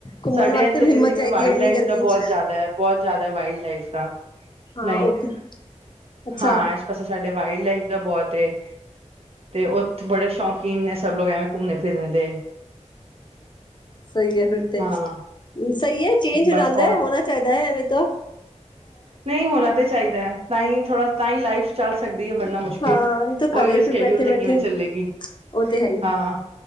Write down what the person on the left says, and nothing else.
ਘੁੰਮਣ
ਵਾਸਤੇ
ਵੀ
ਹਿੰਮਤ
ਚਾਹੀਦੀ
ਹੈ ਉਨੀ
ਗਰਮੀ
ਚ
ਹਾਂ
ਉਹ ਤੇ ਅੱਛਾ
ਸਹੀ ਹੈ ਫਿਰ
ਸਹੀ ਹੈ ਚੇਂਜ ਹੋ
ਜਾਂਦਾ
ਹੈ। ਹੋਣਾ ਚਾਹੀਦਾ ਹੈ। ਐਵੇਂ ਤਾ
ਹਾਂ ਨਹੀਂ ਤਾਂ
ਘਰੇ
ਫਿਰ ਬੈਠੇ
ਬੈਠੇ
ਉਹ ਤੇ ਹੈ ਹੀ